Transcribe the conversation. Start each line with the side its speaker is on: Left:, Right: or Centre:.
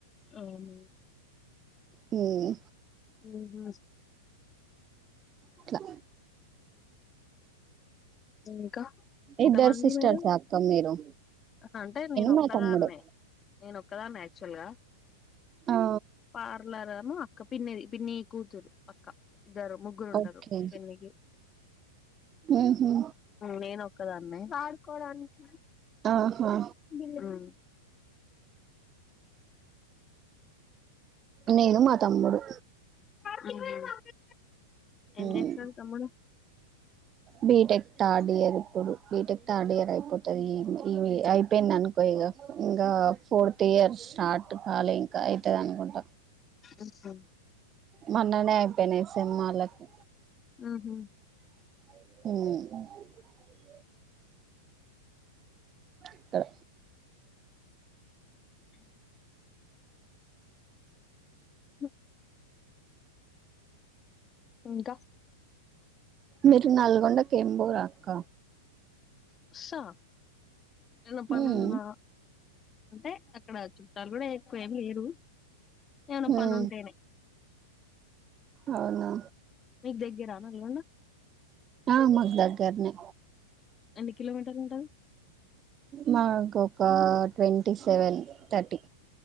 Left: అవును
Right: హ్మ్
Left: హుహు.
Right: అట్లా
Left: ఇంకా ఇంతమంది
Right: ఇద్దరు సిస్టర్స్
Left: మీరు
Right: ఆ అక్క మీరు
Left: అంటే నేను
Right: మా
Left: ఒక్కదాన్నే
Right: తమ్ముడు
Left: నేను ఒక్కదాన్ని ల్గా
Right: ఆ
Left: పార్లరరెమో ఇక పిన్నిధి పిన్ని కూతురు అక్కా ఇద్దారు ముగ్గురు ఉంటరు
Right: ఓకే
Left: పిన్నికి
Right: ఉహు
Left: నేనోక్కదాన్నే వాడుకోడానికి
Right: ఆహా
Left: హ్మ్
Right: నేను మా తమ్ముడు
Left: హ్మ్ హు ఏంజెస్తాడు
Right: ఉమ్
Left: తమ్ముడు
Right: బీటెక్ థర్డ్ ఇయర్ ఇప్పుడు బీటెక్ థర్డ్ ఇయర్ అయిపోతుంది ఇ ఇ అయిపోయింది అనుకో ఇక ఇంకా ఫోర్త్ ఇయర్ స్టార్ట్ కాలే ఇంకా ఐతది అనుకుంట
Left: ఆహ
Right: మొన్ననే అయిపోయినాయి సిన్మాలకి
Left: మ్మ్ హు
Right: మ్మ్ క్కడ
Left: అ అ ఇంకా
Right: మీరు నల్గొండ కేం బోరా అక్క
Left: స నన్న పనున్న
Right: ఉమ్
Left: అంటే అక్కడ చుట్టాలు కూడా ఎక్కువ ఏమి లేరు ఎమన పనుంటేనే
Right: ఉమ్ అవునా
Left: మీక్ దెగ్గిర నల్గొండ
Right: ఆ మాకు దగ్గర్నే
Left: ఎన్ని కిలోమీటర్లు ఉంటది
Right: మాకొక ట్వంటీ సెవెన్ థర్టీ